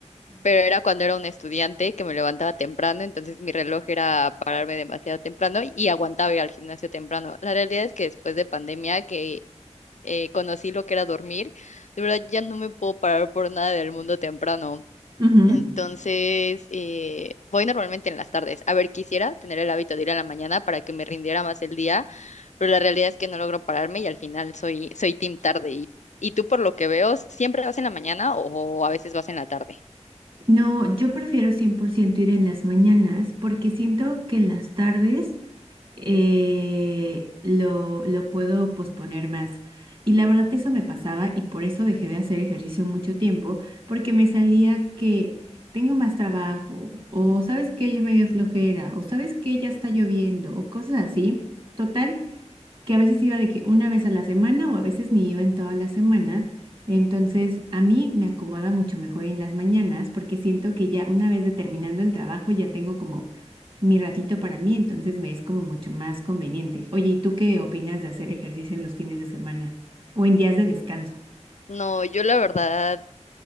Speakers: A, on the left (about 75°); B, on the right (about 45°).
A: pero era cuando era un estudiante que me levantaba temprano, entonces mi reloj era pararme demasiado temprano y aguantaba ir al gimnasio temprano. La realidad es que después de pandemia que eh, conocí lo que era dormir, de verdad ya no me puedo parar por nada del mundo temprano.
B: Ujú, ujú.
A: Entonces, eh, voy normalmente en las tardes. A ver, quisiera tener el hábito de ir a la mañana para que me rindiera más el día, pero la realidad es que no logro pararme y al final soy, soy team tarde. Y, y tú, por lo que veo, ¿siempre vas en la mañana o a veces vas en la tarde?
B: No, yo prefiero 100% ir en las mañanas porque siento que en las tardes eh, lo, lo puedo posponer más. Y la verdad eso me pasaba y por eso dejé de hacer ejercicio mucho tiempo, porque me salía que tengo más trabajo, o sabes que ya me dio flojera, o sabes que ya está lloviendo, o cosas así. Total que a veces iba de que una vez a la semana o a veces ni iba en toda la semana. Entonces, a mí me acomoda mucho mejor en las mañanas porque siento que ya una vez de terminando el trabajo ya tengo como mi ratito para mí, entonces me es como mucho más conveniente. Oye, ¿y tú qué opinas de hacer ejercicio en los fines de semana o en días de descanso?
A: No, yo la verdad